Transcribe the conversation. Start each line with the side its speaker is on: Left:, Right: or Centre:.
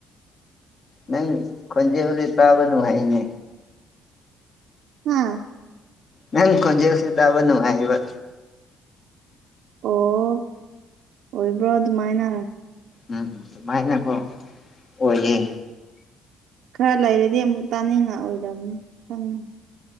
Left: ꯅꯪ ꯈꯣꯟꯖꯦꯜꯖꯦ ꯇꯥꯕ ꯅꯨꯡꯉꯥꯢꯌꯦꯅꯦ
Right: ꯍꯥꯥ
Left: ꯅꯪ ꯈꯣꯟꯖꯦꯜꯁꯦ ꯇꯥꯕ ꯅꯨꯡꯉꯥꯢꯌꯦꯕ
Right: ꯑꯣ ꯑꯣꯏꯕ꯭ꯔꯣ ꯑꯗꯨꯃꯥꯏꯅ
Left: ꯎꯝ ꯁꯨꯃꯥꯏꯅꯀꯣ ꯑꯣꯏꯌꯦ
Right: ꯈꯔ ꯂꯩꯔꯗꯤ ꯑꯃꯨꯛ ꯇꯥꯅꯤꯡꯉꯛꯑꯣꯏꯗꯕꯅꯤ ꯈꯪꯉꯤ